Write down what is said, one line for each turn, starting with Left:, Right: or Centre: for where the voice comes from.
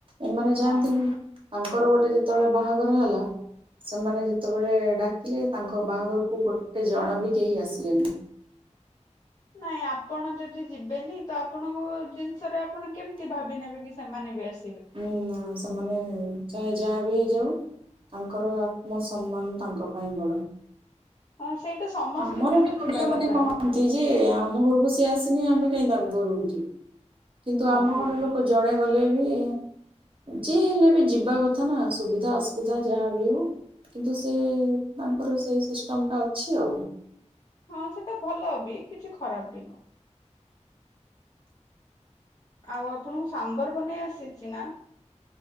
Right: ଏମାନେ
Left: ହଁ
Right: ଯାଆନ୍ତିନି। ତାଙ୍କର ଗୋଟେ ଯେତେବେଳେ ବାହାଘର ହେଲା ସେମାନେ ଯେତେବେଳେ ଡାକିଲେ ତାଙ୍କ ବାହାଘରକୁ ଗୋଟେ ଜଣ ବି କେହି ଆସିଲେଣିି।
Left: ନାଇଁ ଆପଣ ଯଦି ଯିବେନି ତ ଆପଣଙ୍କ ଜିନିଷରେ ଆପ ଆପଣ କେମିତି ଭାବି ନେବେ କି ସେମାନେ ବି ଆସି
Right: ହୁଁ ସେମାନେ ଚା ଯାହା ବି ହେଇଯାଉ ତାଙ୍କର ଆତ୍ମସମ୍ମାନ ତାଙ୍କ ପାଇଁ ବଡ଼।
Left: ହଁ। ସେଇଟା ସମସ୍ତିଙ୍କର
Right: ଆମର ବି
Left: ଥିବା
Right: ଓଡିଆ ମାନେ
Left: କଥା
Right: କହନ୍ତି ଯେ ଆମ ଘରକୁ ସେ ଆସିନି ଆମେ କାଇଁ ତାଙ୍କ ଘରକୁ ଯିବା। କିନ୍ତୁ
Left: ହଁ।
Right: ଆମ ଘର ଲୋକ ଜଣେ ଗଲେ ବି ଯିଏ ହେଲେ ବି ଯିବା କଥା ନା ସୁବିଧା ଅସୁବିଧା ଯାହା ବି ହଉ କିନ୍ତୁ ସେ ତାଙ୍କର ସେଇ ସିଷ୍ଟମ୍ ଟା ଅଛି। ଆଉ‌
Left: ହଁ ସେଟା ଭଲ କିଛି ଖରାପ ବି ନୁହଁ। ଆଉ ଆପଣଙ୍କୁ ସାମ୍ବର ବନେଇ ଆସିଛି ନା?